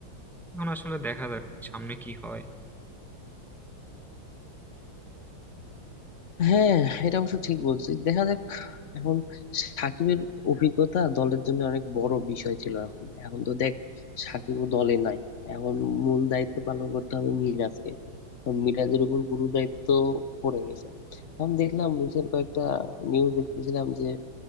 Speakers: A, in the centre; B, on the left.
A: এখন আসলে দেখা যাক সামনে কি হয়
B: হ্যাঁ এটা অবশ্য ঠিক বলছিস দেখা যাক এখন সাকিবের অভিজ্ঞতা দলের জন্য অনেক বড় বিষয় ছিল এখন এখন তো দেখ সাকিবও দলে নাই এখন মূল দায়িত্ব পালন করতে হবে মিরাজকে এখন মিরাজের উপর গুরু দায়িত্ব পড়ে গেছে এখন দেখলাম রিসেন্ট কয়েকটা নিউজ দেখতেছিলাম যে